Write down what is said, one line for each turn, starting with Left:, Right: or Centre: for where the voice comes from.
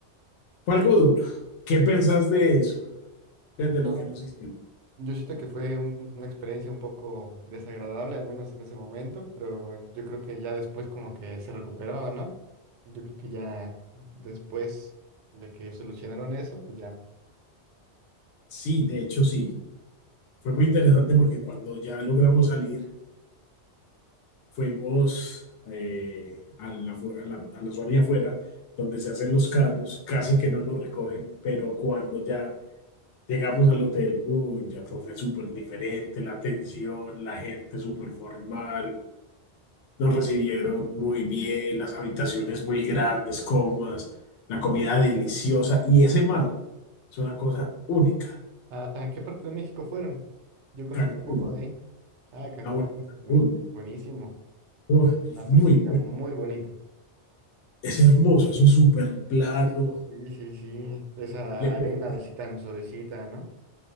Left: fue algo duro. ¿Qué pensás de eso? Desde
Right: No,
Left: lo que nos hicieron.
Right: Yo siento que fue un- una experiencia un poco desagradable, al menos en ese momento, pero yo creo que ya después como que se recuperó, ¿no? Yo creo que ya después de que solucionaron eso, pues ya.
Left: Sí, de hecho sí. Fue muy interesante porque cuando ya logramos salir, fuimos eh, a la, fu- a la, a la zona de afuera, donde se hacen los carros, casi que no nos recogen, pero cuando ya Llegamos al hotel, uy, ya todo fue súper diferente, la atención, la gente súper formal, nos recibieron muy bien, las habitaciones muy grandes, cómodas, la comida deliciosa y ese mar es una cosa única.
Right: ¿A, a qué parte de México fueron? Yo conozco
Left: Cancún,
Right: un poco de ahí. Ah, Cancún,
Left: la buena Cancún,
Right: mm, buenísimo.
Left: uf, es
Right: Una
Left: muy
Right: turística
Left: bueno,
Right: muy bonita.
Left: es hermoso, eso es súper plano.
Right: Sí, sí, sí. Esa
Left: le-
Right: arena así tan suavecita, ¿no?